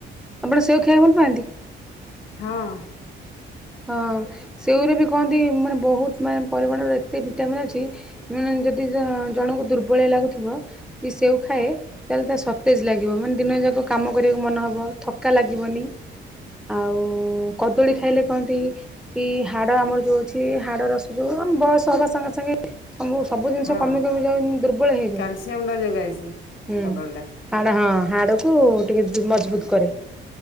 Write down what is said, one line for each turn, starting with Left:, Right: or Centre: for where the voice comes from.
Centre: ଆପଣ ସେଓ ଖାଇବାକୁ ଭଲ ପାଆନ୍ତି?
Left: ହଁ।
Centre: ହଁ ସେଉର ବି କହନ୍ତି ମାନେ ବହୁତ ମାନେ ପରିମାଣର ଏତେ ଭିଟାମିିନ ଅଛି ମନେ ଜଦି ଜଣଙ୍କୁ ଦୁର୍ବଳଆ ଲାଗୁ ଥିବ ସେଉ ଖାଏ ତାଲେ ତା ସତେଜ ଲାଗିବ ମାନେ ଦିନ ଯାକ କାମ କରିବାକୁ ମନ ହବ ଥକା ଲାଗିବନି। ଆଉ କଦଳୀ ଖାଇଲେ କହନ୍ତି କି ହାଡ ଆମର ଯୋଉ ଅଛି ହାଡ ରସ ଯୋଉ ଆମ ବୟସ ହବା ସାଙ୍ଗେ ସାଙ୍ଗେ ସବୁ ସବୁ ଜିନିଷ
Left: ହଁ
Centre: କମି କମି ଯାଉନି ଦୁର୍ବଳ ହେଇଯାଉଛି
Left: କ୍ୟାଲସିୟମ ଟା ଯୋଗାଏ ସିଏ
Centre: ହୁଁ
Left: କଦଳୀ ଟା
Centre: ହାଡ ହଁ। ହାଡକୁୁ ଟିକେ ମଜବୁତ କରେ